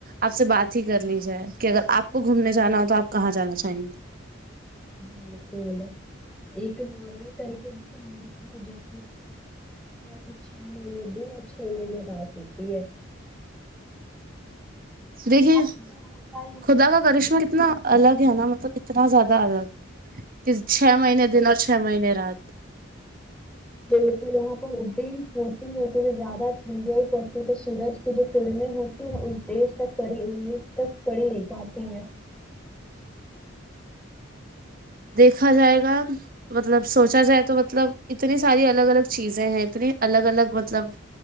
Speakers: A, on the right; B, in the centre.
A: آپ سے بات ہی کر لیج جائے کہ اگر آپ کو گھومنے جانا ہو تو آپ کہاں جانا چاہیں گے
B: بالکل ایک نارو کر کے بھی تو جس کہ چھ مہینے بھی اور چھ مہینے رات ہوتی ہے
A: دیکھیے
B: وہاں پر دن ہوتا ہی نہیں
A: خدا کا کرشمہ کتنا الگ ہے نا مطلب اتنا زیادہ الگ چھ مہینے
B: ہے
A: دن اور چھ مہنے رات
B: بالک یہاں پردین ہوتی ہے کیونہ زیادہ ٹھنڈیا ہی پڑتی ہے تو سورج کی جو کرنیں ہوتی ہیں اس دش تک پڑی تک پڑی نہیں پاتی ہے
A: دیکھا جائے گا مطلب سوچا جائے تو مطلب اتنی ساری الگ الگ چیزیں ہیں اتنی الگ الگ مطلب